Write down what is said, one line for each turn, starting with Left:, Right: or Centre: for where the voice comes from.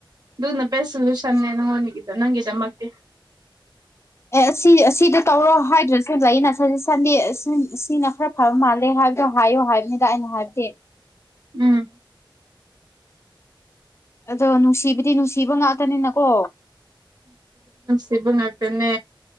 Right: ꯑꯗꯨꯅꯕꯦꯁ ꯁꯣꯂꯨꯁꯟꯦ
Left: ꯎꯝ
Right: ꯅ ꯍꯅꯤꯡꯒꯗ ꯅꯪꯗ ꯃꯛꯇꯗꯤ
Left: ꯑꯦ ꯁꯤ ꯁꯤꯗ ꯇꯧꯔꯣ ꯍꯥꯏꯗ꯭ꯔ ꯁꯖ ꯅ ꯁꯟꯗꯦ ꯁꯤꯅ ꯈꯔ ꯐꯕ ꯃꯥꯜꯂꯦ ꯍꯥꯏꯕꯗꯣ ꯍꯥꯏꯌꯣ ꯍꯥꯏꯕꯅꯤꯗ ꯑꯩꯅ ꯍꯥꯏꯕꯗꯦ
Right: ꯎꯝ
Left: ꯑꯗꯣ ꯅꯨꯡꯁꯤꯕꯗꯤ ꯅꯨꯡꯁꯤꯕ ꯉꯥꯛꯇꯅꯤꯅꯀꯣ
Right: ꯁꯤꯕꯪꯥꯛꯇꯅꯦ